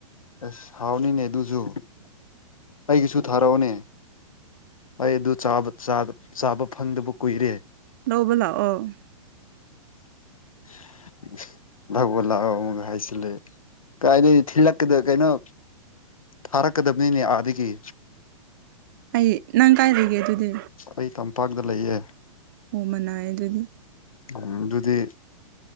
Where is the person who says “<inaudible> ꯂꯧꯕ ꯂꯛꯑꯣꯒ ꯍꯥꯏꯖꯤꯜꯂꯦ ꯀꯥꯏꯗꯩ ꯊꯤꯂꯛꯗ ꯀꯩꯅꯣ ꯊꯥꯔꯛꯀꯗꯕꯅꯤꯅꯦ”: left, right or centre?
Left